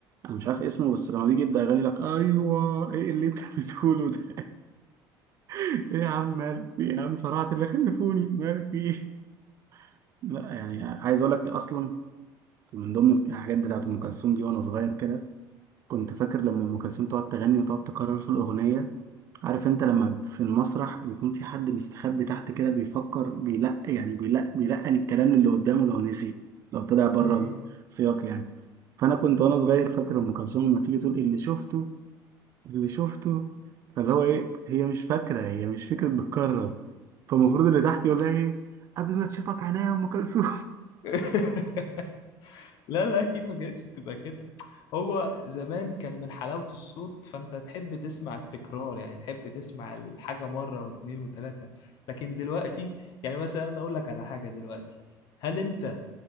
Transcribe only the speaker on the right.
انا مش عارف اسمه بس لما بيجي يبدأ يغني لك ايوه ايه اللي انت <laughs> بتقوله ده ايه يا عم مالك في ايه يا عم صرعت اللي خلفوني مالك في ايه <laughs> لا يعني عايز اقول لك اصلا من ضمن الحاجات بتاعت ام كلثوم دي وانا صغير كده كنت فاكر لما ام كلثوم تقعد تغني وتقعد تكرر في الاغنيه عارف انت لما في المسرح بيكون في حد مستخبي تحت كده بيفكر بيلق يعني بيلق بيلقن الكلام اللي قدامه لو نسي لو طلع بره
السياق يعني فانا كنت وانا صغير فاكر ام كلثوم لما تيجي تقول اللي شفته اللي شفته فاللي هو ايه هي مش فاكره هي مش فكره بتكرر فالمفروض اللي تحت يقول لها ايه قبل ما تشوفك عينيا يا ام كلثوم